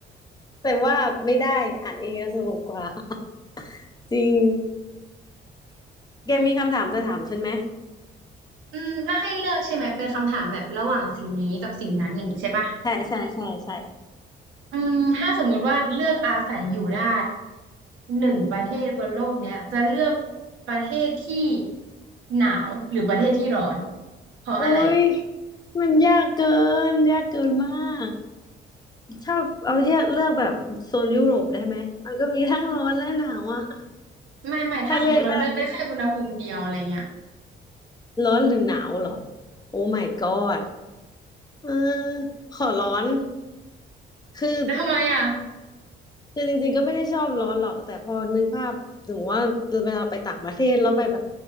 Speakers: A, on the left; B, on the right.
A: แต่ว่าไม่ได้อ่านเองจะสนุกกว่า <laughs> จริง แกมีคำถามจะถามฉันไหม
B: อืมถ้าให้เลือกใช่ไหมเป็นคำถามแบบระหว่างสิ่งนี้กับสิ่งนั้นอย่างนี้ใช่ปะ
A: ใช่ใช่ใช่ใช่
B: อืมถ้าสมมุติว่าเลือกอาศัยอยู่ได้หนึ่งประเทศบนโลกเนี้ยจะเลือกประเทศที่หนาวหรือประเทศที่ร้อนเพราะอะไร
A: อุ้ยมันยากเกินยากเกินมาก ชอบเอาเลือกเลือกแบบโซนยุโรปได้ไหม มันก็มีทั้งร้อนและหนาวอะ
B: ไม่ไม่ถ้าสมมติเราเลือกได้แค่อุณหภูมิเดียวอะไรเงี้ย
A: ถ้าเลือกได้ร้อนหรือหนาวเหรอ โอ้ my god เออขอร้อน คือ
B: แล้วทำไมอ่ะ
A: คือจริงๆก็ไม่ได้ชอบร้อนหรอกแต่พอนึกภาพสมมติว่าเวลาไปต่างประเทศแล้วไปแบบ